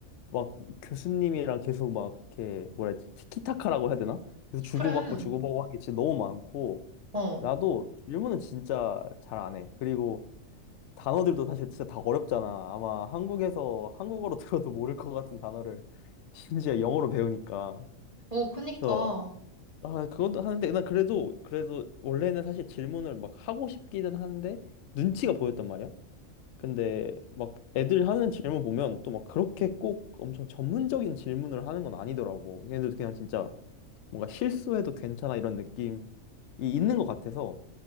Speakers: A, on the left (about 65°); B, on the right (about 30°).
A: 막 교수님이랑 계속 막 이렇게 뭐라 해야 지 티키타카라고 해야 되나? 계속 주고받고
B: 그래.
A: 주고받고 하는 게 진짜 너무 많고
B: 어.
A: 나도 질문은 진짜 잘 안 해. 그리고 단어들도 사실 진짜 다 어렵잖아. 아마 한국에서 한국어로 <laughs> 들어도 모를 것 같은 단어를 심지어 영어로 배우니까.
B: 오, 그니까.
A: 그래서 아, 그것도 하는데, 난 그래도, 그래도, 원래는 사실 질문을 막 하고 싶기는 하는데, 눈치가 보였단 말이야. 근데, 막 애들 하는 질문 보면 또 막 그렇게 꼭 엄청 전문적인 질문을 하는 건 아니더라고. 걔네들 그냥 진짜 뭔가 실수해도 괜찮아 이런 느낌이 있는 것 같아서,